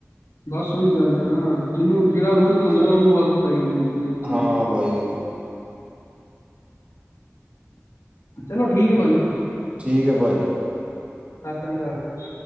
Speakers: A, on the left; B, on the right.
A: ਬਸ ਉਹੀ ਗੱਲ ਹੈ ਨਾ ਜਿਹਨੂੰ ਜਿਹੜਾ ਰੋਜ਼ ਖਾਂਦਾ ਨਾ ਉਹਨੂੰ ਆਦਤ ਪੈ ਜਾਂਦੀ ਹੈਗੀ। ਚੀਜ਼
B: ਹਾਂ
A: ਦੀ
B: ਬਈ
A: ਚਲੋ ਠੀਕ ਹੈ ਭਾਜੀ।
B: ਠੀਕ ਹੈ ਭਾਜੀ।
A: ਸਤਿ ਸ੍ਰੀ ਅਕਾਲ ਜੀ